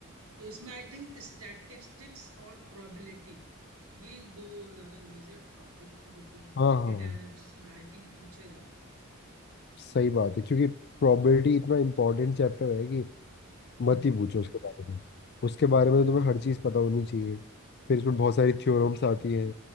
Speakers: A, on the right; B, on the left.
A: तो इसमें आई थिंक स्टैटिस्टिक्स और प्रोबेबिलिटी ये दो ज्यादा मेजर टॉपिक है जो कि
B: हाँ हाँ
A: डेटा एनालिसिस में आई थिंक पूछे जाते हैं
B: सही बात है क्योंकि प्रोबेबिलिटी इतना इम्पोर्टेंट चैप्टर है कि
A: हम्म
B: मत ही पूछो
A: हम्म,
B: उसके बारे में उसके बारे में तो तुम्हें हर चीज़ पता होनी चाहिए फिर इसमें
A: हम्म,
B: बहुत
A: बिल्कुल
B: सारी थ्योरम्स
A: बिल्कुल
B: आती हैं